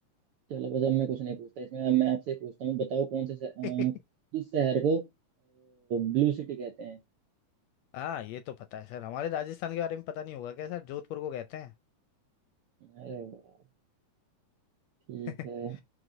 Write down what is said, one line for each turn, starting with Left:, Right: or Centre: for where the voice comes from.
Right: चलो बस अब मैं कुछ नहीं पूछता इसमें अब मैं आपसे पूछता हूँ बताओ कौन से शह-
Left: <laughs>
Right: अ, किस शहर को ब्लू सिटी कहते हैं
Left: हाँ ये तो पता है सर हमारे राजस्थान के बारे में पता नहीं होगा क्या सर जोधपुर को कहते हैं
Right: अरे वाह ठीक
Left: <laughs>
Right: है